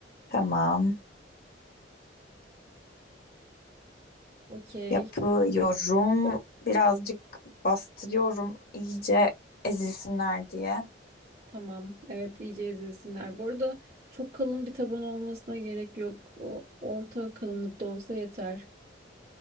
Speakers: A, on the left; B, on the right.
A: tamam.
B: Okey.
A: Yapıyorum. Birazcık bastırıyorum iyice ezilsinler diye.
B: Tamam. Evet iyice izlesinler. Bu arada çok kalın bir taban olmasına gerek yok. O orta kalınlıkta olsa yeter.